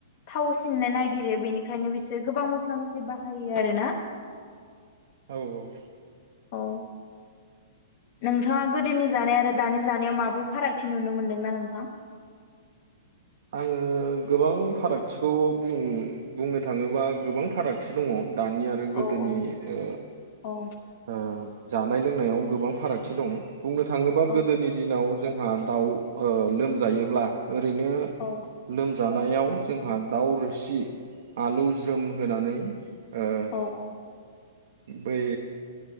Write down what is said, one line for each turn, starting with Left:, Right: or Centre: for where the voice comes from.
Left: थावसिननो नागिरो बेनि ओंखायनो बिसोर गोबां मस्ला मस्लि बाहायो आरो ना
Right: औ औ
Left: औ नोंथाङा गोदोनि जानाय आरो दानि जानायाव माबाफोर फारागथि नुनो मोनदोंना नोंथां? <inaudible>
Right: आङो गोबां फारागथिखौ बुं बुंनो थाङोबा गोबां फारागथि दङ दानि आरो
Left: औ
Right: गोदोनि
Left: औ
Right: ओ
Left: औ
Right: ओ जानाय लोंनायाव गोबां फारागथि दं बुंनो थाङोबा
Left: औ
Right: गोदोनि दिनाव जोंहा दाउ लोमजायोब्ला ओरैनो
Left: औ
Right: लोमजानायाव जोंहा दाउ रोसि आलु ज्रोम होनानै ओ
Left: औ
Right: बै